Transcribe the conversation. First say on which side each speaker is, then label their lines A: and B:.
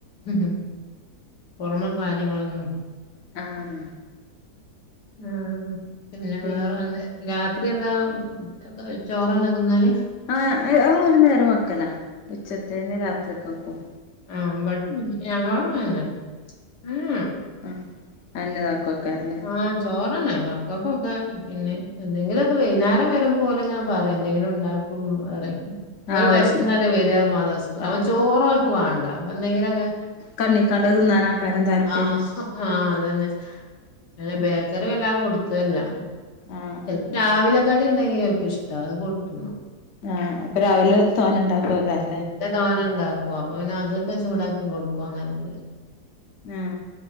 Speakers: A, on the left; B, on the left.
A: ഉം ഉം പൊറമെ കാര്യങ്ങളൊന്നും
B: ആഹ്‌
A: ആഹ് പിന്നെ
B: പി
A: വേറെന്താ രാ ത്രി എന്താക് ചോറ്ന്നെ തിന്നല്
B: ആഹ്‌ അഹ് ഒരു നേരം വെക്കലാ ഉച്ചത്തെന്നെ രാത്രിക്കേക്കും.
A: ആ ബ ഞങ്ങളും അങ്ങനെന്നെ എ ഏ
B: ആഹ് അന്നെ ഇതാക്കുവെക്കാരല്ലേ
A: ആ ചോറന്നെ മക്കക്കൊക്കെ പിന്നെ എന്തെങ്കിലൊക്കെ വൈന്നാരം വരുമ്പൊ ഓല്ങ്ങനെ പറയും എന്തെങ്കിലും ഉണ്ടാക്കും അറിം ഓല്
B: ആഹ്
A: വെശ്ന്നല്ലേ
B: ഓൽക്ക്
A: വരാ മാദ്‌റസ്കൂ അപ്പ
B: ആഹ്
A: ചോറോൽ ക്ക് വാണ്ട അപ്പൊ എന്തെങ്കിലൊക്കെ
B: കണ്ണിക്കാണ്ട് തിന്നാനാക്കാരം താല്പര്യം
A: ആ ഹആ അതന്നെ അല്ല ബേക്കറി വല്ലാ കൊട് ക്കേല്ലാ
B: ആഹ്
A: ചെൽപ്പം രാവിലെ കടിണ്ടെങ്കി ഓൽക്ക് ഇഷ്ടാ അത് കൂട്ടിന്നും
B: ആ അപ്പൊ രാവിലെ തോനെണ്ടാക്കു ഏക്കാരം
A: തോനെണ്ടാ പോ അപ്പൊ പിന്നെ അതൊക്കെ ചൂടാക്കി കൊട്ക്കും അങ്ങനൊക്കെ
B: ആ